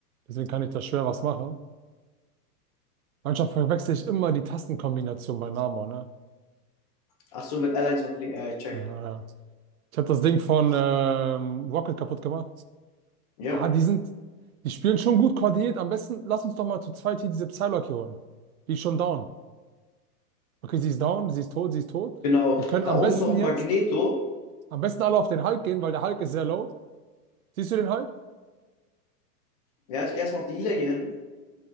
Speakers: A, on the right; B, on the left.
A: Deswegen kann ich da schwer was machen. Manchmal verwechsel ich immer die Tastenkombination bei Nama, ne?
B: Ach so, mit Allies und Fliegen, ja, ich check.
A: Ja, ja. ja. ich habe das Ding von ähm, Rocket kaputt gemacht.
B: Ja,
A: Ah, die sind, die spielen schon gut koordiniert. Am besten lass uns doch mal zu zweit hier diese Psylocke hier holen. Die ist schon down. Okay, sie ist down, sie ist tot, sie ist tot.
B: genau.
A: Wir können
B: Da
A: am
B: oben
A: besten
B: ist noch ein
A: jetzt,
B: Magneto.
A: am besten alle auf den Hulk gehen, weil der Hulk ist sehr low. Siehst du den Hulk?
B: Ja, ich gehe erstmal auf die Healer hier hin.